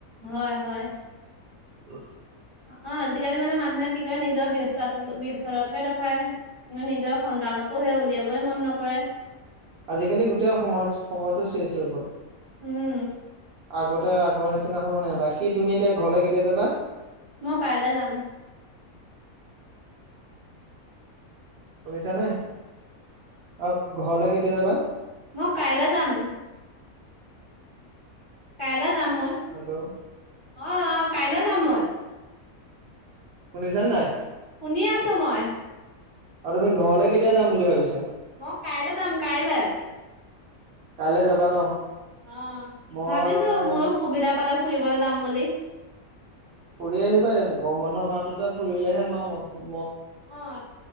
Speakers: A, on the left; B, on the right.
A: হয় হয়।
B: <unintelligible>
A: অঁ আজিকালি মানে মানুহে কি কয় নিজৰ ব্যস্তাটো ব্যস্ততাতোকে দেখায়ে নিজৰ সন সন্তানকো সে উলিয়াবই মন নকয়ে।
B: আজিকালি গোটেই সময়চ সময়টো চেছ হৈ গ'ল।
A: উম!
B: আগতে আগৰ নিচিনা হ মানে দাক কি তুমি এতিয়া ঘৰলে কেতিয়া যাবা?
A: মই কাইলৈ যাম
B: শুনিছা নে অ ঘৰলৈ কেতিয়া যাবা?
A: মো কাইলৈ যাম। কাইলে যাম মই
B: হেল্ল'
A: অ অ কাইলে যাম মই।
B: শুনিছান নাই।
A: শুনি আছো মই।
B: অ তুমি ঘৰলে কেতিয়া যাম বুলি ভাবিছা?
A: মই কাইলে যাম কাইলে।
B: কাইলে যাবা ন।
A: অ
B: মই
A: ভাবিছো মোৰো সুবিধা পালে ফুৰিবলে যাম বুলি।
B: ফুৰি আহিবা এ গৰম বন্ধ মাহতোটে ফুৰিলেহে আমাৰ মনটো
A: অঁ